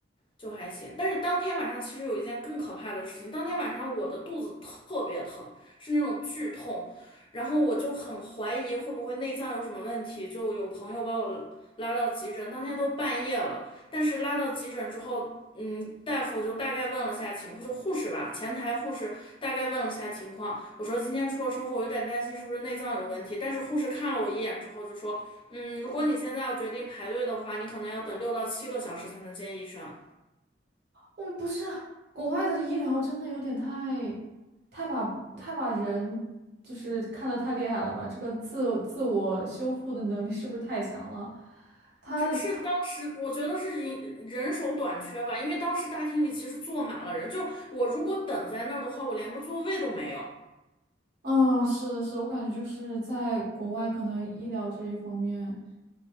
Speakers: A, on the left; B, on the right.
A: 就还行。但是当天晚上其实有一件更可怕的事情，当天晚上我的肚子特别疼，是那种剧痛，然后我就很怀疑会不会内脏有什么问题，就有朋友把我拉到急诊，当天都半夜了，但是拉到急诊之后。嗯，大夫就大概问了下情况，就护士吧，前台护士大概问了下情况。我说今天出了车祸，我有点担心是不是内脏有问题。但是护士看了我一眼之后就说，嗯，如果你现在要决定排队的话，你可能要等六到七个小时才能见医生。
B: 嗯，不是，国外的医疗真的有点太，太把太把人就是看得太厉害了吧？这个自自我修复的能力是不是太强了？他他们
A: 这是当时我觉得是人人手短缺吧，因为当时大厅里其实坐满了人，就我如果等在那儿的话，我连个座位都没有。
B: 嗯，是的是的我感觉就是在国外，可能医疗这一方面，